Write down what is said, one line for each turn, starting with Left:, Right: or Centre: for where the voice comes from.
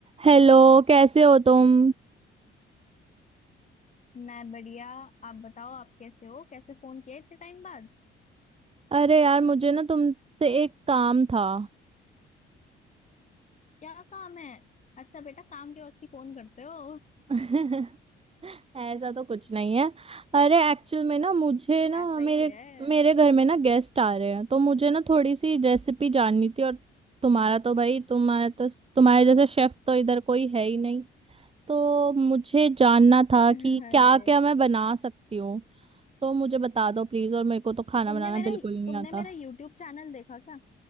Right: Hello कैसे हो तुम
Left: मैं बढ़िया आप बताओ आप कैसे हो कैसे फोन किया इतने टाइम बाद
Right: अरे यार मुझे ना तुमसे एक काम था
Left: क्या काम है अच्छा बेटा काम के वक्त ही फोन करते हो
Right: <laughs> ऐसा तो कुछ नहीं है अरे एक्चुअल में ना मुझे
Left: <laughs>
Right: ना
Left: ऐसा
Right: मेरे
Left: ही है
Right: मेरे घर में ना गेस्ट आ रहे हैं तो मुझे ना थोड़ी सी रेसिपी जाननी थी और तुम्हारा तो भाई तुम्हारा तो तुम्हारे जैसा शेफ तो इधर कोई है ही नहीं तो मुझे जानना था
Left: <laughs>
Right: कि
Left: अरे
Right: क्या क्या मैं बना सकती हूँ तो मुझे बता दो प्लीज और मेरे को तो खाना
Left: तुमने
Right: बनाना
Left: मेरा
Right: बिल्कुल ही नहीं
Left: तुमने
Right: आता
Left: मेरा यूट्यूब चैनल देखा क्या